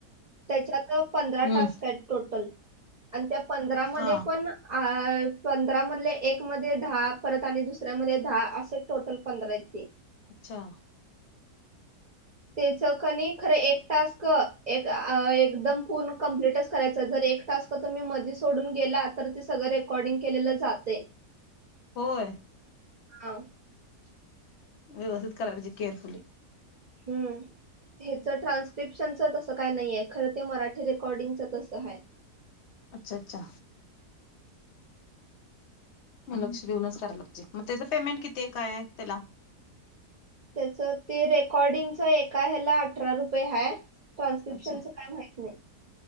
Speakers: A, on the right; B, on the left.
A: त्याच्यात पंधरा
B: हम्म
A: टास्क आहेत टोटल. आण त्या पंधरामध्ये
B: हा
A: पण आ पण पंधरा मधले एक मध्ये दहा परत आणि दुसऱ्यामध्ये दहा असे टोटल पंधरा हायेत ते.
B: अच्छा
A: त्याच कणी खर एक टास्क अ एक आ एकदम पूर्ण कंप्लीटच करायच जरी एक टास्क तुम्ही मध्ये सोडून गेला तर सगळं रेकॉर्डिंग केलं जातंय.
B: होय.
A: <unintelligible>
B: व्यवस्थित करावी पाहिजे केअरफुली
A: हम् हच ट्रान्स्क्रिप्शनच तस काय नाहीय खर ते मराठी रे कॉर्डिंग तस हाय.
B: अच्छा अच्छा मग लक्ष देेऊनच करायला पाहिजे. मग त्याच पेमेंट किती काय हाय त्याला?
A: त्याच ते रेकॉर्डिंगच एका ह्याला अठरा रुपये हाय. ट्रान्स्क्रिप्शनच
B: अच्छा
A: काय माहित नाही.